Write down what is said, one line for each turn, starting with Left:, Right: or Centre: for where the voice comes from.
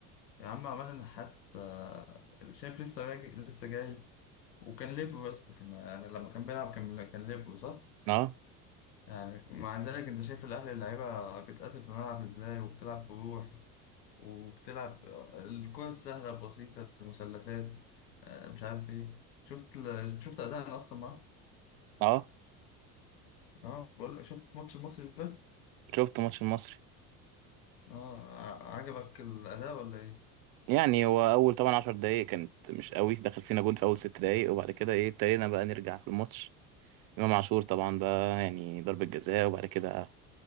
Left: يا عم عماد النحاس شايف لسه راجع لسه جاي وكان ليبرو يا اسطى كان يعني لما كان بيلعب كان كان ليبرو صح؟
Right: اه
Left: يعني مع ذلك انت شايف الاهلي اللعيبه بتقاتل في الملعب ازاي وبتلعب بروح وبتلعب الكرة السهله البسيطه المثلثات آه، مش عارف ايه شفت ال- شفت اداء اصلا معاه
Right: اه
Left: اه بقول لك شفت ماتش المصري اللي فات
Right: شفت ماتش المصري
Left: اه ع- عجبك الاداء ولا ايه؟
Right: يعني هو اول طبعا عشر دقايق كانت مش قوي دخل فينا جون في اول ست دقايق وبعد كده ايه ابتدينا بقى نرجع في الماتش امام عاشور طبعا بقى يعني ضربة جزاء وبعد كده